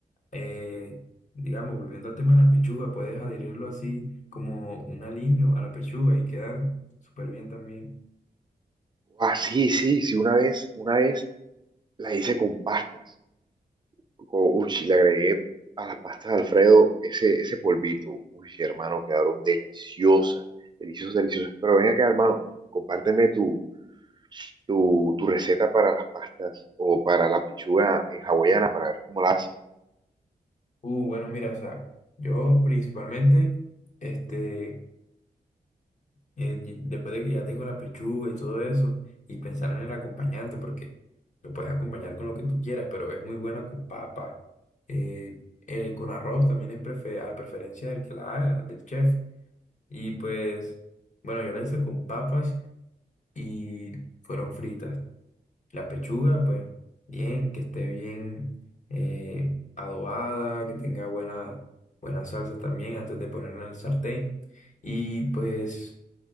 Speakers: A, on the left; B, on the right.
A: eh, digamos, volviendo al tema de la pechuga, puedes adherirlo así como un aliño a la pechuga y quedan súper bien también.
B: Ah, sí, sí, sí, una vez, una vez la hice con pastas. co- Uy, le agregué a las pastas de Alfredo ese, ese polvito. Uy, hermano, quedaron deliciosas, deliciosas, deliciosas. Pero ven acá, hermano, compárteme tu tu, tu receta para las pastas o para la pichuga en hawaiana para ver cómo la haces.
A: Uh, bueno, mira, o sea, yo principalmente, este... eh, y después de que ya tengo la pechuga y todo eso, y pensar en el acompañante, porque lo puedes acompañar con lo que tú quieras, pero es muy buena con papa. Eh, eh, con arroz también es prefe- a preferencia del que la haga, del chef. Y pues, bueno, yo la hice con papas y fueron fritas. La pechuga, pues, bien, que esté bien eh, adobada, que tenga buena, buena salsa también antes de ponerla en el sartén. Y pues...